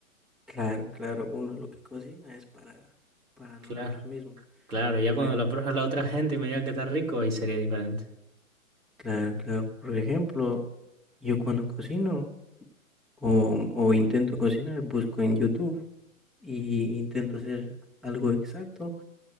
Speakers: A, in the centre; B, on the right.
A: Claro, claro, uno lo que cocina es para, para
B: Claro,
A: nosotros mismos.
B: claro, ya
A: Por
B: cuando
A: ej-
B: lo prueba la otra gente y me diga que está rico, ahí sería diferente.
A: claro, claro, por ejemplo, yo cuando cocino o, o intento cocinar, busco en YouTube y intento hacer algo exacto